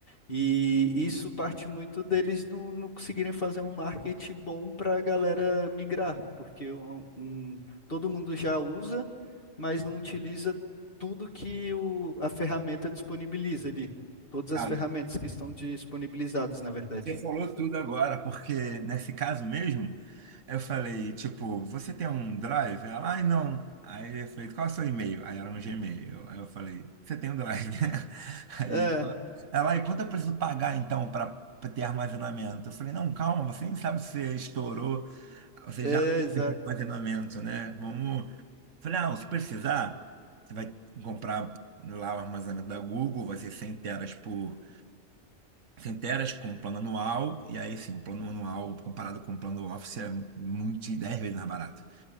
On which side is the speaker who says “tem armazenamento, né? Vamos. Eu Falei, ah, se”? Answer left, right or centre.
Right